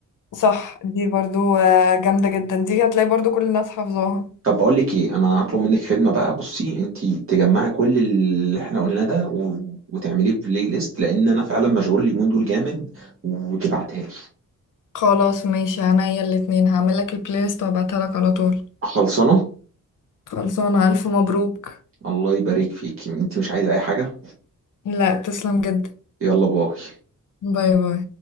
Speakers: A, on the left (about 75°); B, on the right (about 45°).
A: صح دي برضو آه، جامدة جدا دي هتلاقي برضو كل الناس حافظاها
B: طب بقول لك ايه انا هطلب منك خدمه بقى بصي انت تجمعي كل اللي احنا قلناه ده و... وتعمليه في بلاي ليست لان انا فعلا مشغول اليومين دول جامد وتبعتها لي
A: خلاص ماشي عينيا الاتنين هعملك البلاي ليست وابعتها لك على طول
B: خلصانه
A: خلصانة ألف مبروك
B: الله يبارك فيك انت مش عايزه اي حاجه
A: لا تسلم جدا
B: يلا باي
A: باي باي